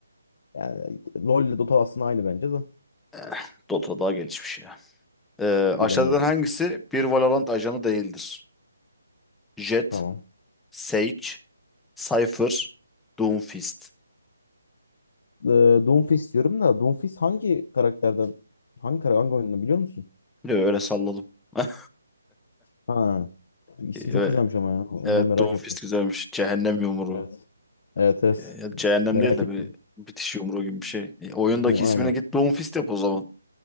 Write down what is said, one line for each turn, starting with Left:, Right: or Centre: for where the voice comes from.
Left: Yani LoL ile Dota aslında aynı bence de.
Centre: Eh, Dota daha gelişmiş ya. Ee, aşağıdan
Left: Bilemiyorum
Centre: hangisi
Left: artık.
Centre: bir Valorant ajanı değildir? Jett,
Left: Tamam.
Centre: Sage, Cypher, Doomfist.
Left: e, Doomfist diyorum da Doomfist hangi karakterden hangi kara- hangi oyundan biliyor musun?
Centre: Diyor öyle salladım. <laughs>
Left: Ha, ismi
Centre: Evet,
Left: çok güzelmiş ama ya. Ondan
Centre: evet
Left: merak
Centre: Doomfist
Left: ettim.
Centre: güzelmiş. Cehennem yumruğu.
Left: Evet. Evet, evet.
Centre: Ya cehennem
Left: Merak
Centre: değil de
Left: ettim.
Centre: bir bitiş yumruğu gibi bir şey. E, oyundaki
Left: Bu
Centre: ismine
Left: aynen.
Centre: git Doomfist yap o zaman.